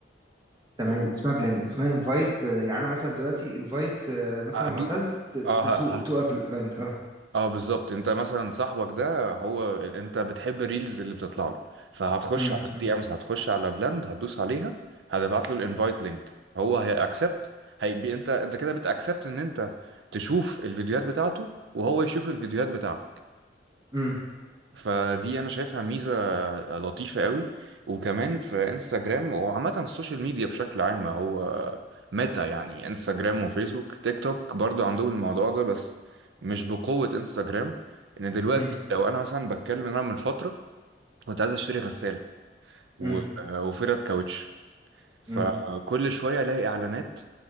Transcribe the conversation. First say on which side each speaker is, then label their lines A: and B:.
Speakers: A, on the right; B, on the right.
A: تمام اسمها بلند اسمها انفايت يعني انا مثلا دلوقتي انفايت مثلا
B: هدو
A: معتز
B: اه ه-
A: تو
B: ه-
A: تو بلند اه
B: اه بالظبط انت مثلا صاحبك ده هو ال- انت بتحب الريلز اللي بتطلع له فهتخش
A: امم
B: على الدي
A: امم
B: امز هتخش على بلند هتدوس عليها هتبعت له الانفايت لينك هو هيأكسبت هيبقى انت انت كده بتأكسبت ان انت تشوف الفيديوهات بتاعته وهو يشوف الفيديوهات بتاعتك
A: امم
B: فدي انا شايفها ميزه لطيفه قوي وكمان في انستجرام وعامه في السوشيال ميديا بشكل عام هو ميتا يعني انستجرام وفيسبوك تيك توك برضو عندهم الموضوع ده بس مش بقوه انستجرام ان دلوقتي
A: امم
B: لو انا مثلا بتكلم إن انا من فتره كنت عايز اشتري غساله و-
A: امم
B: وفرد كاوتش فكل
A: امم
B: شويه الاقي اعلانات